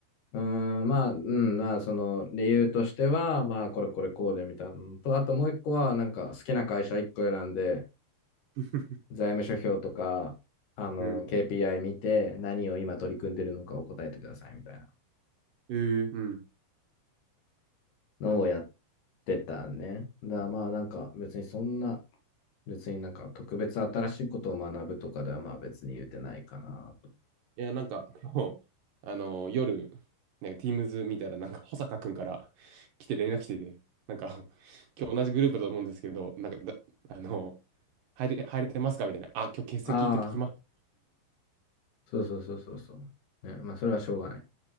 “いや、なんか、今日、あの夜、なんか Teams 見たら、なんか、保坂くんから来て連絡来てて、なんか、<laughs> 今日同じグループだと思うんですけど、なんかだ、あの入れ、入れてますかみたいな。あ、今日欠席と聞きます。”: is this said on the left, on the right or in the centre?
Right